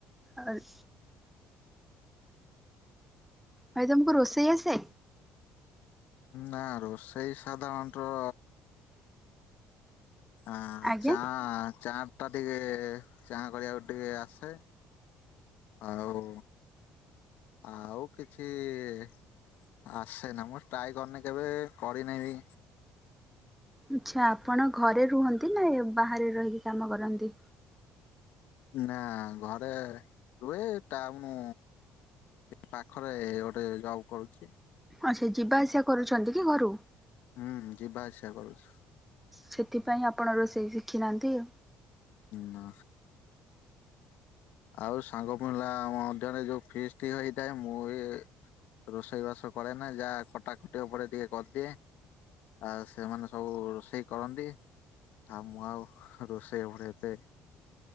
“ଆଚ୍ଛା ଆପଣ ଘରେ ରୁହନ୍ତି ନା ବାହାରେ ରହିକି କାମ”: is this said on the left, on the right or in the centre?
Centre